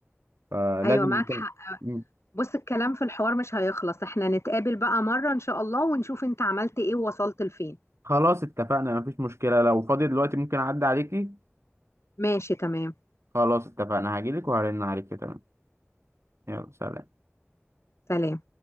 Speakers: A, on the right; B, on the left.
A: فلازم
B: ايوه معاك
A: يكون
B: حق
A: مم.
B: بص الكلام في الحوار مش هيخلص احنا نتقابل بقى مرة ان شاء الله ونشوف انت عملت ايه ووصلت لفين
A: خلاص اتفقنا مفيش مشكلة لو فاضي دلوقتي ممكن أعدي عليكي
B: ماشي تمام
A: خلاص اتفقنا هجيلك وهرن عليكي تمام يلا سلام
B: سلام